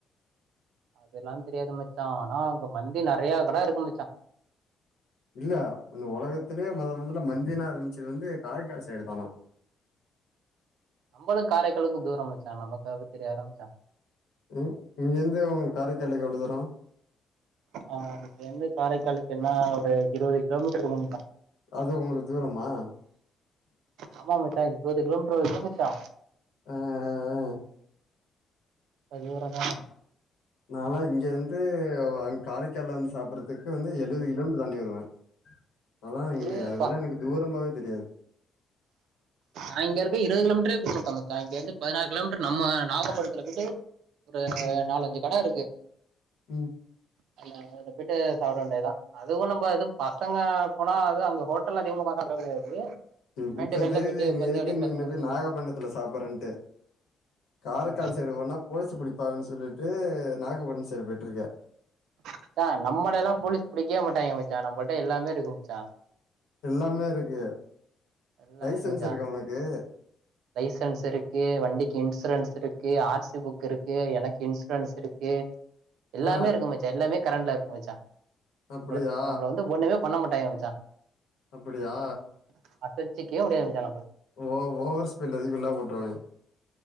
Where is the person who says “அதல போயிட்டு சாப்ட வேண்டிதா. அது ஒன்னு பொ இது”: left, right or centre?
Right